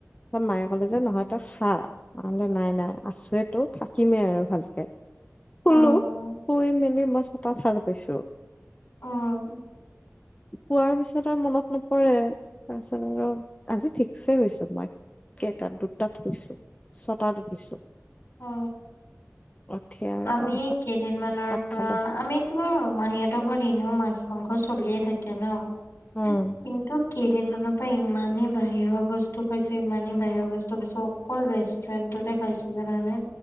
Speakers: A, on the left; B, on the left.
A: মায়ে ক'লে যে নহয় তো খা নহ'লে নাই নাই আছোৱেটো থাকিমেই আৰু ভালকে শুলো।
B: উম
A: শুই মেলি মই ছটাত সাৰ পাইছো।
B: অ',
A: শুৱাৰ পিছত আৰু মনত নপৰে। তাৰপিছত আৰু আজি ঠিকছে শুইছো মই এতাত দুটাত শুইছো, ছটাত উঠিছো।
B: অ
A: উঠি আৰু
B: আমি
A: তাৰপিছত
B: কেইদিনমানৰ
A: ভাত
B: পৰা
A: খালো
B: আমি তোমাৰ মাহীঁহতৰ ঘৰত এনেও মাছ মাংস চলিয়ে থাকে ন?
A: উম
B: কিন্তু কেইদিনমানৰ পৰা ইমানেই বাহিৰৰ বস্তু খাইছো, ইমানেই বাহিৰৰ বস্তু খাইছো অকল ৰেষ্টুৰেণ্টতে খাইছো জানানে?